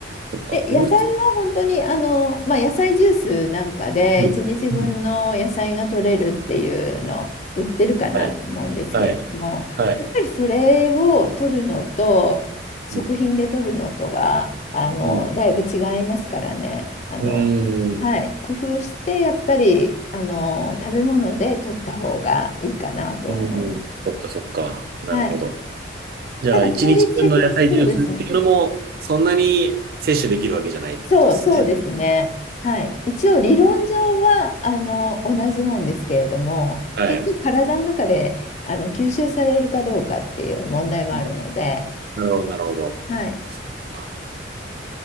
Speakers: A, on the right; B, on the left.
A: そっか、
B: で野菜は本当に、
A: フルーツ。
B: あの、まあ、野菜ジュースなんかで、
A: うん。
B: 1日分の野菜が取れるっていうの、
A: うん。
B: 売ってるかなと思うんですけれども、
A: はい。はい。はい。
B: やっぱりそれを取るのと、食品で取るのとは、
A: うん。
B: あの、
A: うん。
B: だいぶ違いますからね。あの、
A: うーん。
B: はい、工夫して、やっぱり、あの、食べ物で取った方がいいかなとは思います。
A: うん。そっか、そっか。なるほど。
B: はい。
A: じゃあ、
B: ただ、
A: 一日分の野菜ジュースっていうのも、
B: 効率的に、そうですね。
A: そんなに摂取できるわけじゃないってことですね。
B: そう、そうですね。はい。
A: うん。
B: 一応理論上はあの同じなんですけれども、
A: はい。
B: 結局体の中であの吸収されるかどうかっていう問題もあるので、
A: うんなるほど、なるほど。
B: はい。
A: そっか。